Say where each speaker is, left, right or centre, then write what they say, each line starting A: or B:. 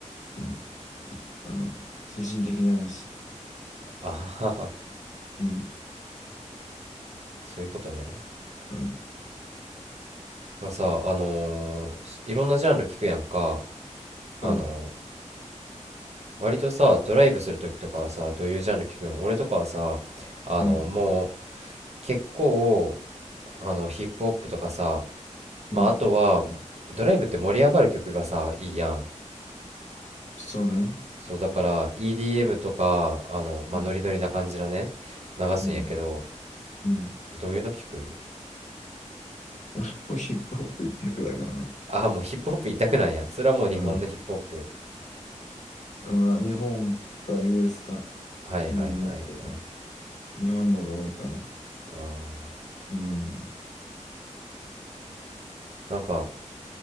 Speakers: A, on the left; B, on the right.
A: うん、ちょあの、精神的な話。
B: あはは、
A: うん、
B: そういうことね。
A: うん、
B: まあさ、あのーいろんなジャンル聞くやんか。あの
A: うん、
B: 割とさ、ドライブするときとかはさ、どういうジャンル聞くん俺とかはさ、あの、
A: うん、
B: もう結構、あの、ヒップホップとかさ、まあ、
A: うん。
B: あとは、ドライブって盛り上がる曲がさ、いいやん。
A: そうね。
B: そう、だから EDM とか、あの、まあ、
A: うん。
B: ノリノリな感じのね、流すんやけど、
A: うん。うん
B: どういうの聞く
A: 俺もヒップホップ一択だからな。
B: あ、もうヒップホップ一択なんや。それはもう日本のヒップホップ。
A: うん。まあ、日本か US か
B: はいはいはいはい。
A: 気分によるけど、日本のが多いかな。
B: あー
A: うん。
B: なんか、